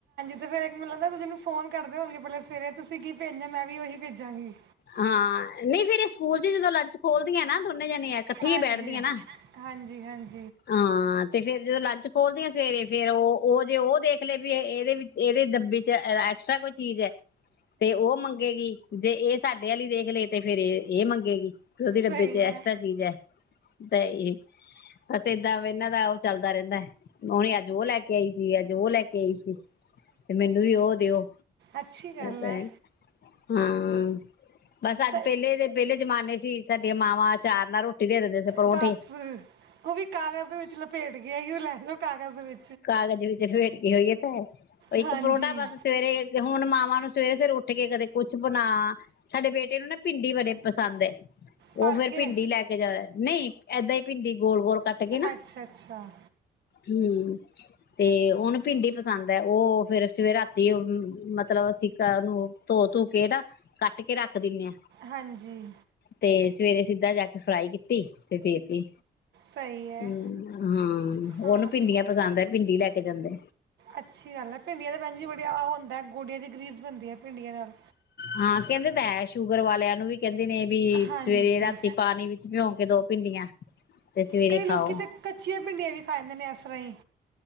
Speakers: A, on the right; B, on the left.
A: ਫੇਰ ਇੱਕ ਮੈਨੂੰ ਲੱਗਦਾ ਇਕ ਦੂਜੇ ਨੂੰ ਫੋਨ ਕਰਦੇ ਹੋਣਗੇ ਪੈਲਾ ਸਵੇਰੇ ਤੁਸੀਂ ਕੀ ਭੇਜਣਾ ਮੈਂ ਵੀ ਉਹੀ ਭੇਜਾਂਗੀ
B: ਹਾਂ ਨਹੀਂ ਫੇਰ ਇਹ ਸਕੂਲ ਚ ਜਦੋਂ ਲੰਚ ਖੋਲਦੀਆਂ ਨਾ ਦੋਨੇ ਜਾਣੇ ਇਕੱਠੀ
A: ਹਾਂਜੀ।
B: ਬੈਠਦੀਆਂ ਨਾ
A: <unintelligible>
B: ਹਾਂ ਤੇ ਫੇਰ ਜਦੋਂ ਲੰਚ ਖੋਲਦੀਆਂ ਸਵੇਰੇ ਫੇਰ ਉਹ ਉਹ ਜੇ ਉਹ ਦੇਖ ਲਏ ਵੀ ਇਹਦੇ ਇਹਦੇ ਦੱਬੀ ਚ ਐਕਸਟਰਾ ਕੋਈ ਚੀਜ਼ ਐ ਤੇ ਉਹ ਮੰਗੇਗੀ ਜੇ ਇਹ ਸਾਡੇ ਵਾਲੀ ਦੇਖ ਲਏ ਤੇ ਫੇਰ ਇਹ ਮੰਗੇਗੀ ਡੱਬੇ
A: ਸਹੀ
B: ਚ ਐਕਸਟ੍ਰਰਾ
A: ਹੈ
B: ਚੀਜ਼ ਹੈ ਤਾਂ ਏ ਬਸ ਏਦਾਂ ਇਹਨਾਂ ਦਾ ਉਹ ਚੱਲਦਾ ਰਹਿੰਦਾ ਉਹਨ ਅੱਜ ਉਹ ਲੈ ਕੇ ਆਈ ਸੀ ਅੱਜ ਉਹ ਲੈ ਕੇ ਆਈ ਸੀ ਤੇ ਮੈਨੂੰ ਵੀ ਉਹ ਦਿਓ
A: ਅੱਛੀ ਗੱਲ
B: ਤੇ
A: ਹੈ
B: ਹਾਂ ਬਸ ਅੱਜ
A: ਸਹੀ
B: ਪਹਿਲੇ ਦੇ ਪਹਿਲੇ ਜਮਾਨੇ ਸੀ ਸਾਡੇ ਮਾਵਾਂ ਚਾਰ ਨਾਲ ਰੋਟੀ ਦੇ ਦਿੰਦੇ ਸੀ ਪਰੌਂਠੀ
A: ਬਸ ਉਹ ਵੀ ਕਾਗਜ਼ ਦੇ ਵਿੱਚ ਲਪੇਟ ਗਿਆ ਸੀ ਉਹ ਲੈ ਕਾਗਜ਼ ਵੀ
B: ਕਾਗਜ਼ ਵਿੱਚ ਫੇਟ ਕੇ ਹੋਈ ਹੈ ਤਾਂ ਉਹ ਇੱਕ
A: ਹਾਂਜੀ
B: ਪਰੌਂਠਾ ਬਸ ਸਵੇਰੇ ਹੁਣ ਮਾਵਾਂ ਨੂੰ ਸਵੇਰੇ ਸਵੇਰੇ ਉੱਠ ਕੇ ਕਦੇ ਕੁੱਛ ਬਣਾ ਸਾਡੇ ਬੇਟੇ ਤੇ ਨਾ ਪਿੰਡੀ ਵੜੇ ਪਸੰਦ ਹੈ ਉਹ
A: ਭਰ
B: ਫੇਿਰ
A: ਕੇ
B: ਭਿੰਡੀ ਲੈ ਕੇ ਜਿਆਦਾ ਨਹੀਂ ਏਦਾਂ ਹੀ ਭਿੰਡੀ ਗੋਲ ਗੋਲ ਕੱਟ ਕੇ ਨਾ
A: ਅੱਛਾ ਅੱਛਾ
B: ਹਮ ਤੇ ਹੁਣ ਭਿੰਡੀ ਪਸੰਦ ਹੈ ਉਹ ਫੇਿਰ ਸਵੇ ਰਾਤੀ ਮਤਲਬ ਅਸੀਂ ਉਹਨੂੰ ਧੋ ਧੋ ਕੇ ਨਾ ਕੱਟ ਕੇ ਰੱਖ ਦਿੰਦੇ ਹਾਂ
A: ਹਾਂਜੀ
B: ਤੇ ਸਵੇਰੇ ਸਿੱਧਾ ਜਾ ਕੇ ਫਰਾਈ ਕੀਤੀ ਤੇ ਦੇਤੀ
A: ਸਹੀ ਹੈ
B: ਹਮ ਹਾਂ
A: ਹਾਂ
B: ਉਹਨੂੰ ਭਿੰਡੀਆਂ ਪਿੰਡੀ ਲੈ ਕੇ ਜਾਂਦੇ
A: ਅੱਛੀ ਗੱਲ ਹੈ ਭਿੰਡੀਆਂ ਦਾ ਭੈਣ ਜੀ ਬੜੀਆ ਹੁੰਦਾ ਗੋਡੀਆਂ ਦੀ ਗਰੀਸ ਬਣਦੀ ਹੈ ਭਿੰਡੀਆਂ ਨਾਲ
B: ਹਾਂ ਕਹਿੰਦੇ ਤਾਂ ਸ਼ੂਗਰ ਵਾਲਿਆਂ ਨੂੰ ਵੀ ਕਹਿੰਦੇ ਨੇ ਵੀ
A: ਹਾਂਜੀ
B: ਸਵੇਰੇ ਰਾਤੀ ਪਾਣੀ ਵਿੱਚ ਭਿਉ ਕੇ ਦੋ ਭਿੰਡੀਆਂ ਤੇ ਸਵੇਰੇ
A: ਕਈ ਲੋਕੀ
B: ਖਾਓ
A: ਤੇ ਕੱਚੀਆਂ ਭਿੰਡੀਆਂ ਵੀ ਖਾਦੇ ਨੇ ਇਸ ਰਾਹੀ